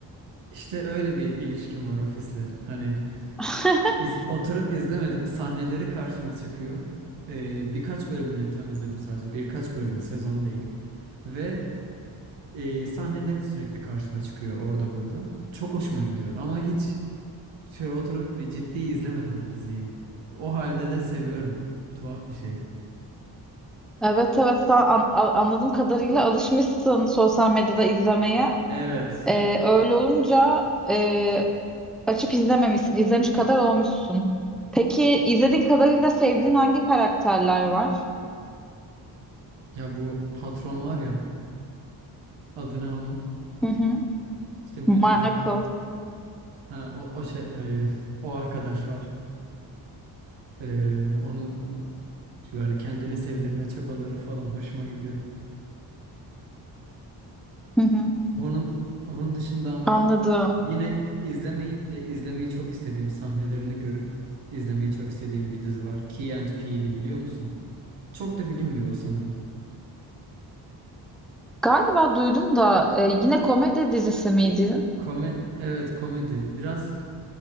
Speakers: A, on the right; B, in the centre.
A: İşte öyle bir ilişkim var ofisle. Hani
B: <laughs>
A: iz- oturup izlemedim. Sahneleri karşıma çıkıyor. Ee, birkaç bölümünü tam izledim sadece. Birkaç bölüm, sezon değil. Ve e, sahneleri sürekli karşıma çıkıyor orada burada. Çok hoşuma gidiyor. Ama hiç şöyle oturup bir ciddi izlemedim o diziyi. O halde de seviyorum. Tuhaf bir şey.
B: Evet evet sen an- a- anladığım kadarıyla alışmışsın sosyal medyada izlemeye.
A: Evet.
B: Ee, öyle olunca e, açıp izlememişsin. İzlemiş kadar olmuşsun. Peki izlediğin kadarıyla sevdiğin hangi karakterler var?
A: Ya bu patron var ya. Adına onun
B: Hı hı.
A: işte müdür
B: Michael.
A: ha o o şey e, o arkadaş var. E, onu böyle kendini sevdirme çabaları falan hoşuma gidiyor.
B: Hı hı,
A: Onun onun dışında ama
B: anladım.
A: yine izlemeyip de izlemeyi çok istediğim sahnelerini görüp izlemeyi çok istediğim bir dizi var. Key and Peele'i biliyor musun? Çok da bilinmiyor o sanırım.
B: Galiba duydum da e, yine komedi dizisi miydi?
A: Kome evet komedi. Biraz